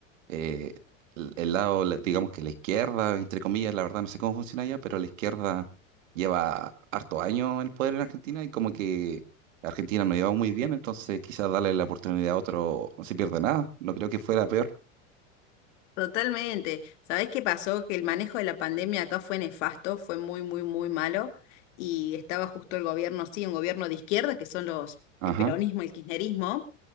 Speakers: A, on the right; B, on the left.
A: eh, el, el lado, la- digamos que la izquierda, entre comillas, la verdad no sé cómo funciona allá, pero la izquierda lleva harto años en el poder en Argentina y como que Argentina no lleva muy bien, entonces quizás darle la oportunidad a otro no se pierde nada, no creo que fuera peor.
B: Totalmente. ¿Sabés qué pasó? Que el manejo de la pandemia acá fue nefasto, fue muy, muy, muy malo. Y estaba justo el gobierno, sí, un gobierno de izquierda, que son los,
A: Ajá,
B: el peronismo, el kirchnerismo